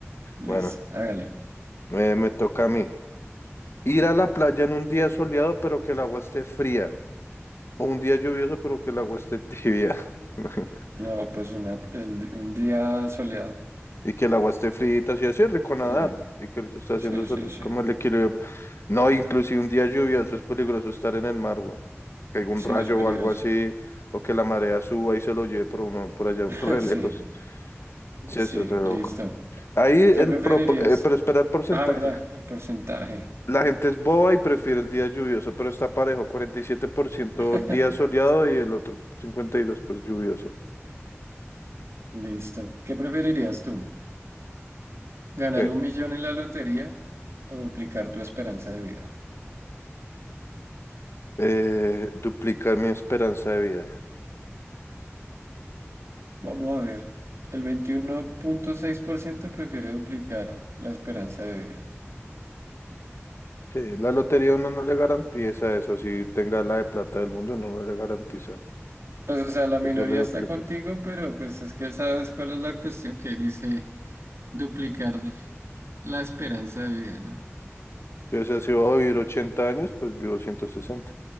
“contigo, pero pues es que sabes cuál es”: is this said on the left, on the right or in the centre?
Right